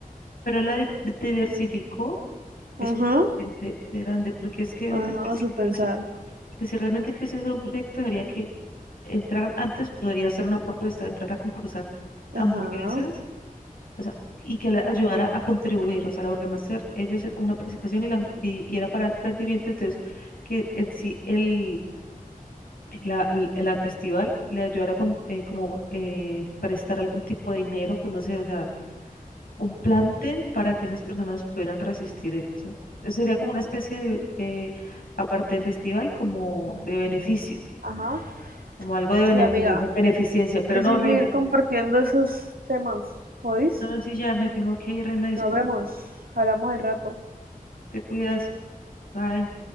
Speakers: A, on the left; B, on the right.
A: pero él la di- diversificó,
B: Ajá,
A: es realmente grande, porque es que no
B: ajá,
A: creo que sí.
B: su pensar.
A: Porque si realmente quisiera hacer un proyecto, debería que entrar antes, podría hacer una propuesta, entrar a concursar hamburguesas,
B: Ajá,
A: o sea, y que le ayudara a contribuir, o sea, la Burgermaster, ellos era una participación y, la hamb- y, y era para el planteamiento, entonces, que en sí el, la, el, el festival le ayudara con, eh, como eh, prestar algún tipo de dinero, pues no sé, o sea, un plante para que esas personas pudieran resistir, el- o sea, sería como una especie de, eh, aparte de festival, como de beneficio
B: ajá.
A: como algo de
B: Sí,
A: bene-
B: amiga,
A: bene-
B: hay
A: beneficencia. Pero
B: que
A: no,
B: seguir
A: reina.
B: compartiendo esos temas, ¿oís?
A: No, no, sí, ya me tengo que ir, reina. Disculpe,
B: Nos vemos, hablamos de rato.
A: te cuidas. Bye.